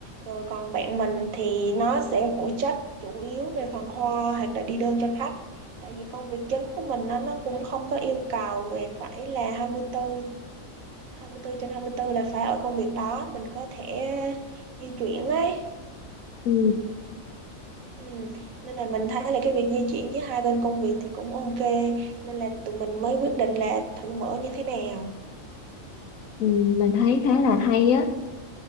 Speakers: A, on the right; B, on the left.
A: rồi còn bạn mình thì nó sẽ phụ trách chủ yếu về phần hoa hoặc là đi đơn cho khách tại vì công việc chính của mình nó nó cũng không có yêu cầu về phải là hai hai mươi tư hai mươi 24 trên 24 là phải ở công việc đó mình có thể di chuyển ấy
B: Ừ,
A: Ừ. Nên là mình thấy là cái việc di chuyển giữa hai bên công việc thì cũng ok nên là tụi mình mới quyết định là thử mở như thế nào
B: ừ, mình thấy khá là hay á,